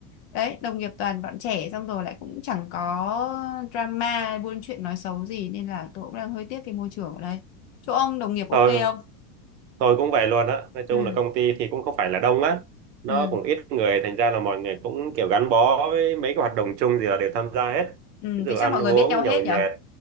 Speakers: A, on the left; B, on the right.
A: đấy đồng nghiệp toàn bọn trẻ xong rồi lại cũng chẳng có drama hay buôn chuyện nói xấu gì nên là tôi cũng đang hơi tiếc cái môi trường ở đây chỗ ông đồng nghiệp ok
B: thôi
A: không
B: tôi cũng vậy luôn á nói chung
A: ừ
B: là công ty thì cũng không phải là đông á nó
A: ừ
B: cũng ít người thành ra là mọi người cũng kiểu gắn bó với mấy cái hoạt động chung gì là đều tham gia hết
A: ừ
B: ví dụ
A: thế chắc
B: ăn
A: mọi người
B: uống
A: biết nhau hết
B: nhậu nhẹt
A: nhở